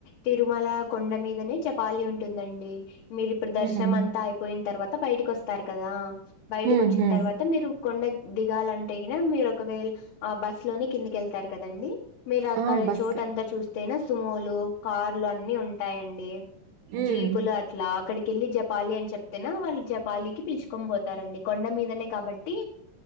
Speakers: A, on the left; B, on the right.
A: తిరుమల కొండ మీదనే చపాలీ ఉంటుందండి. మీరు ఇప్పుడు దర్శనం
B: హ్మ్.
A: అంతా అయిపోయిన్ తర్వాత బయటకి వస్తారు కదా బయటకొచ్చిన్
B: హ్మ్. హ్మ్.
A: తర్వాత మీరు. కొండ దిగాలంటే గిన మీరు ఒకవేళ ఆ బస్ లోనే కిందికెళ్తారు కదండి. మీరు అక్కడ
B: ఆ! బస్
A: చోటంతా చూస్తేనే సుమోలు కార్లు అన్నీ ఉంటాయండి.
B: హ్మ్.
A: జీపుల అ. ఇట్లా అక్కడికెళ్ళి జపాలి అని చెప్తెన వాళ్ళు జపాలికి పిలుచుకొని పోతారండి కొండ మీదనే కాబట్టి.